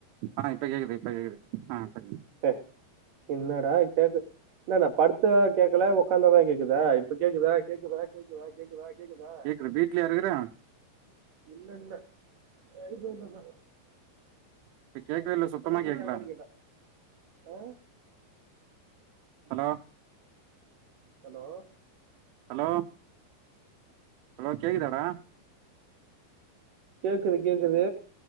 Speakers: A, on the right; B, on the right.
A: ஆ இப்ப கேக்குது இப்ப கேக்குது ஆ இப்ப
B: ஏ இல்லடா கேக்கு இல்ல நா படுத்தா கேட்கல உட்காந்தா தா கேக்குதா இப்ப கேக்குதா கேக்குதா கேக்குதா கேக்குதா கேக்குதா
A: கேக்குது வீட்லயா இருக்குற
B: இல்ல இல்ல <unintelligible> தா
A: இப்ப கேக்கவே இல்ல சுத்தமா
B: போயிட்டாங்கன்னு
A: கேக்கல
B: கேட்டேன்
A: ஹலோ
B: ஹலோ
A: ஹலோ ஹலோ கேக்குதாடா
B: கேக்குது கேக்குது